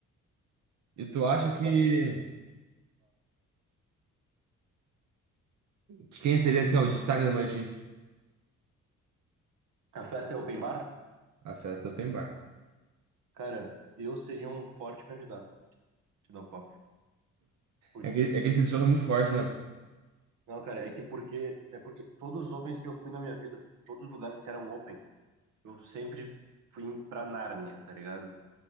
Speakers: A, on the right; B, on the right.
A: E tu acha
B: Tipo
A: que.
B: assim,
A: que quem seria, assim, ó, o destaque da noite? aí?
B: a festa é open bar?
A: A festa open bar.
B: Cara, eu seria um forte candidato, te dá o papo. Porque
A: É que, é que esse show tá muito forte, né?
B: Não, cara, é que porque é porque todos os opens que eu fui na minha vida, todos os lugares que eram open, eu sempre fui em- pra Nárnia, tá ligado?